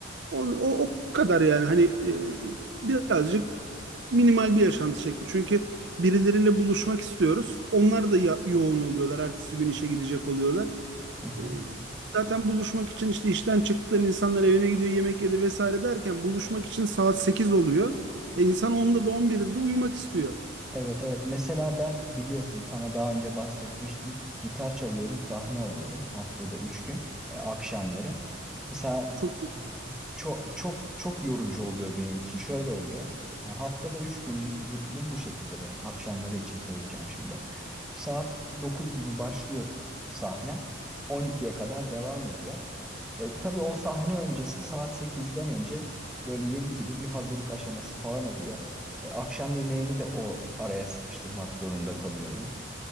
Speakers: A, on the right; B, in the centre.
A: O, o, o kadar yani hani e, birazcık minimal bir yaşantı çekti. Çünkü birileriyle buluşmak istiyoruz. Onlar da ya- yoğun oluyorlar. Ertesi gün işe gidecek oluyorlar.
B: Hı hı.
A: E, zaten buluşmak için işte işten çıktığın insanlar evine gidiyor yemek yedi vesaire derken buluşmak için saat 8 oluyor. E, insan 10'da da 11'de de uyumak istiyor.
B: Evet evet. Mesela ben biliyorsun sana daha önce bahsetmiştim. Gitar çalıyorum, sahne alıyorum haftada 3 gün e, akşamları. Mesela
A: Çok
B: çok çok çok yorucu oluyor benim için. Şöyle oluyor. Yani haftada 3 günlük rutinim bu şekilde benim. Akşamları için söyleyeceğim şimdi. Saat 9 gibi başlıyor sahnem. on ikiye kadar devam ediyor. E, tabii o sahne öncesi saat sekizden önce böyle 7 gibi bir hazırlık aşaması falan oluyor. E, akşam yemeğini de o araya sıkıştırmak zorunda kalıyorum.